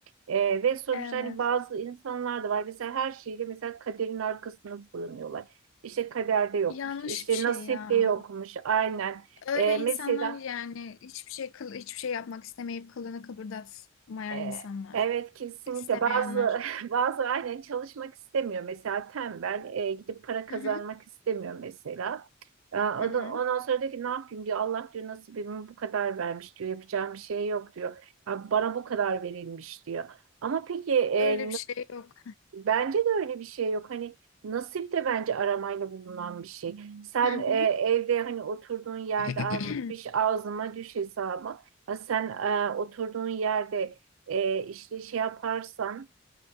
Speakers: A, on the right; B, on the left.
A: E, ve sonuçta
B: Evet.
A: hani bazı insanlar da var. Mesela her şeyde mesela kaderin arkasına sığınıyorlar. İşte kaderde yokmuş,
B: Yanlış
A: işte
B: bir şey
A: nasipte
B: ya.
A: yokmuş. Aynen.
B: Öyle
A: E,
B: insanlar
A: mesela
B: yani hiçbir şey kıl, hiçbir şey yapmak istemeyip kılını kıpırdatmayan
A: E,
B: insanlar.
A: Evet kesinlikle
B: İstemeyenler.
A: bazı <laughs> bazı aynen çalışmak istemiyor mesela tembel e, gidip para kazanmak
B: Hı hı.
A: istemiyor mesela. E, o
B: Hı hı.
A: da- Ondan sonra diyor ki ne yapayım diyor Allah diyor nasibimi bu kadar vermiş diyor yapacağım bir şey yok diyor. Ya bana bu kadar verilmiş diyor. Ama peki e,
B: Öyle bir şey yok.
A: Bence de öyle bir şey yok. Hani nasip de bence aramayla bulunan bir şey. Sen
B: Hı hı.
A: e, evde hani oturduğun yerde
B: <clears throat>
A: armut piş ağzıma düş hesabı. Ya sen e, oturduğun yerde e, işte şey yaparsan